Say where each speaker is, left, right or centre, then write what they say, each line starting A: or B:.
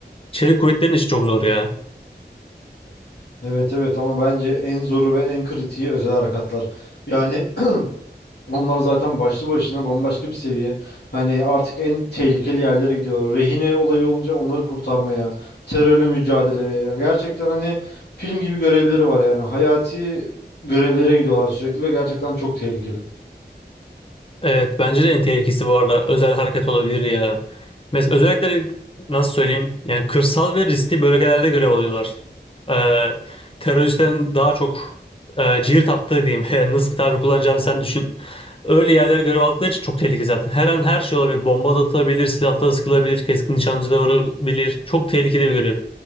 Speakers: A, on the left; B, on the left.
A: Çevik kuvvetlerin işi çok zor ya.
B: Evet evet ama bence en zoru ve en kritiği özel harekatlar. Yani <clears throat> onlar zaten başlı başına bambaşka bir seviye. Hani artık en tehlikeli yerlere gidiyorlar. Rehine olayı olunca onları kurtarmaya, terörle mücadeleye. Gerçekten hani film gibi görevleri var yani. Hayati görevlere gidiyorlar sürekli ve gerçekten çok tehlikeli.
A: Evet bence de en tehlikesi bu arada özel hareket olabilir ya. Mesela özellikle nasıl söyleyeyim yani kırsal ve riskli bölgelerde görev alıyorlar. Ee, teröristlerin daha çok e, cirit attığı diyeyim <laughs> Yani nasıl bir tabir kullanacağını sen düşün. Öyle yerlere görev aldıkları için çok tehlikeli zaten. Her an her şey olabilir. Bomba da atılabilir, silahla sıkılabilir, keskin nişancı da varabilir. Çok tehlikeli bir görev.